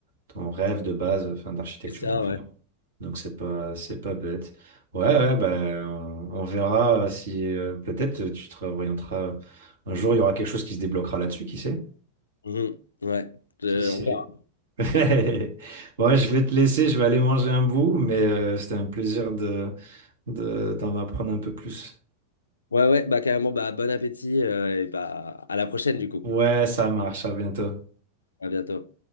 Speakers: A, on the right (about 60°); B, on the left (about 70°).
A: ton rêve de base, enfin d'architecture
B: c'est ça,
A: au final.
B: ouais.
A: Donc c'est pas, c'est pas bête. Ouais, ouais, ben on, on verra euh, si euh, peut-être euh, tu te réorienteras. Un jour, il y aura quelque chose qui se débloquera là-dessus, qui sait?
B: Mhm, ouais, Je-
A: Qui sait?
B: on verra.
A: <laughs> Bon, je vais te laisser, je vais aller manger un bout, mais euh, c'était un plaisir de, de, d'en apprendre un peu plus.
B: Ouais, ouais, bah carrément, bah bon appétit euh, et bah à la prochaine du coup.
A: Ouais, ça marche, à bientôt.
B: À bientôt.